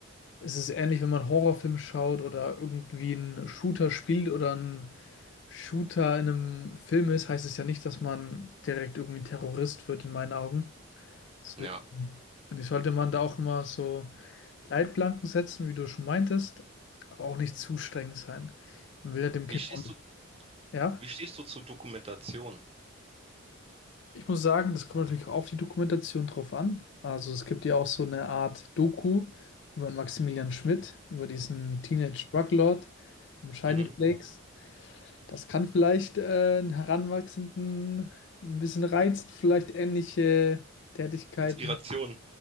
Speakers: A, on the left; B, on the right.
A: es ist ähnlich, wenn man einen Horrorfilm schaut oder irgendwie einen Shooter spielt oder ein Shooter in einem Film ist, heißt es ja nicht, dass man direkt irgendwie ein Terrorist wird, in meinen Augen. Deswegen
B: ja,
A: finde ich, sollte man da auch immer so Leitplanken setzen, wie du schon meintest, aber auch nicht zu streng sein. Man will ja dem
B: wie
A: Kind
B: stehst
A: auch nicht.
B: du,
A: Ja,
B: wie stehst du zu Dokumentation?
A: ich muss sagen, das kommt natürlich auch auf die Dokumentation drauf an. Also es gibt ja auch so eine Art Doku über Maximilian Schmidt, über diesen Teenage Druglord, um Shiny
B: Mhm.
A: Flakes. Das kann vielleicht äh, einen Heranwachsenden ein bisschen reizen, vielleicht ähnliche Tätigkeiten,
B: Inspiration.